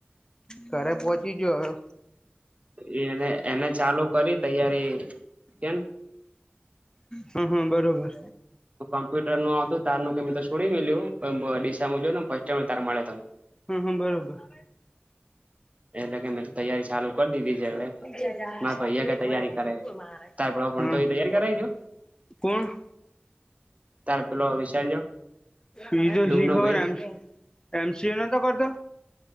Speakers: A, on the left; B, on the right.
A: ઘરે પહોંચી ગયો હવે
B: એ એને એને ચાલુ કરી તૈયારી કેમ
A: હા હા બરોબર
B: કમ્પ્યુટર નુ આતું તાર ન કે તો છોડી મે લ્યું જો ને ફ ટાઈ તાર મળે તને
A: હમ હમ્મ બરોબર
B: એટલે કે મેં તો તૈયારી ચાલુ કરી દીધી છે હવે
A: <unintelligible>
B: મારા ભૈયા કે તૈયારી કરે તાર પેલો ભણતો એ તૈયારી કરાવી દો
A: કોણ
B: તાર પેલો વિશાલ જો
A: સી તો
B: ડૂમનો
A: શી ખબર
B: ભાઈ
A: એમ એમસી એ ન તો કરી તો